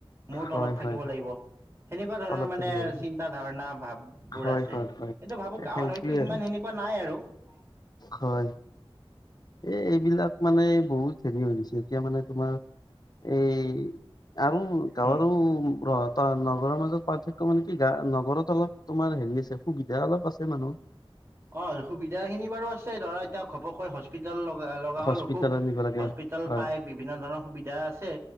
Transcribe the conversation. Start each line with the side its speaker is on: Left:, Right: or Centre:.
Right: মোৰ
Left: হয়
Right: তলত থাকিব
Left: হয় হয়।
Right: লাগিব। সেনেকুৱা ধৰণৰ
Left: তলত
Right: মানে
Left: থাকিব লাগিব
Right: চিন্তা ধাৰণা ভাব বোৰ
Left: হয়
Right: আছে
Left: হয় হয়
Right: কিন্তু ভাবো গাঁৱত
Left: সেইটোৱে
Right: হয়তো সিমান
Left: আৰু
Right: সেনেকুৱা। নাই আৰু নাই,
Left: হয় এই এইবিলাক মানে বহুত, ছে এতিয়া মানে তোমাৰ এই আৰু গৱাৰ
Right: উম।
Left: ৰ ত নগৰ মাজত পাৰ্থক্য, মানে কি গা নগৰত অলপ তোমাৰ হেৰি আছে সুবিধা অলপ আছে মানুহৰ।
Right: অ সুবিধা খিনি বাৰু আছে ধৰা এতিয়া ঘপককৈ হস্পিতাল লগা লগা
Left: হস্পিতালত
Right: হল অসুখ,
Left: নিব লাগে
Right: হস্পিতেল
Left: হয়
Right: পাই বিভিন্ন ধৰণৰ সুবিধা আছে